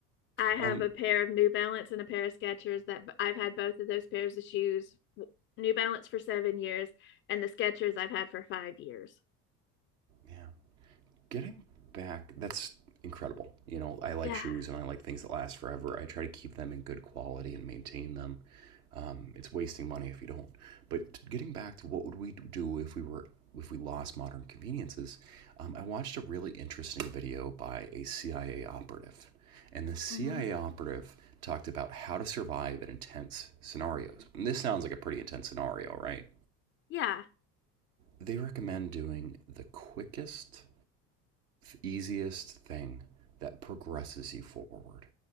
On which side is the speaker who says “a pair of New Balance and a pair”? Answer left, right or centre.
Left